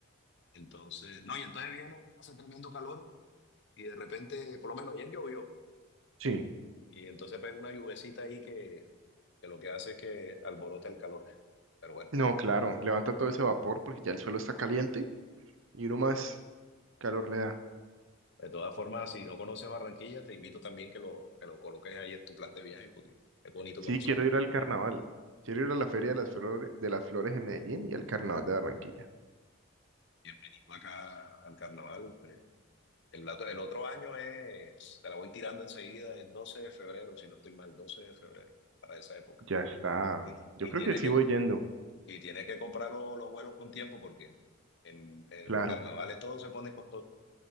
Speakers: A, on the left; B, on the right.
A: Entonces, no, y entonces viene, hace tremendo calor y de repente, por lo menos ayer llovió
B: Sí.
A: y entonces pega una lluvecita ahí que, que lo que hace es que alborota el calor. Pero bueno.
B: No, claro. Levanta todo ese vapor porque ya el suelo está caliente y uno más calor le da.
A: De todas formas, si no conoces Barranquilla, te invito también que lo, que lo coloques ahí en tu plan de viaje, porque es bonito
B: Sí,
A: conocerla
B: quiero
A: también.
B: ir al carnaval. Quiero ir a la Feria de las Flores, de las Flores en Medellín y al Carnaval de Barranquilla.
A: Bienvenido acá al carnaval. Eh, El, dato- el otro año es, te la voy tirando enseguida, el 12 de febrero, si no estoy mal, 12 de febrero, para esa época.
B: Ya está.
A: Y, ti-
B: Yo
A: y
B: creo
A: tienes
B: que sí
A: que,
B: voy yendo.
A: y tienes que comprar lo- los vuelos con tiempo, porque en, en
B: Claro.
A: carnavales todo se pone costoso.